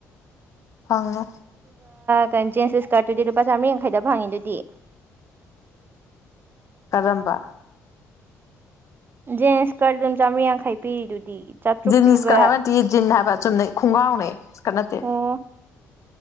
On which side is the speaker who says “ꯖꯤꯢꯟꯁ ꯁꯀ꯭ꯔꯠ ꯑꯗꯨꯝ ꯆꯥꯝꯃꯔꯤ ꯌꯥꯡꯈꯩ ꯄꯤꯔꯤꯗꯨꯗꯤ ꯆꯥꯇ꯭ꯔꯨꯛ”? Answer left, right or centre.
Right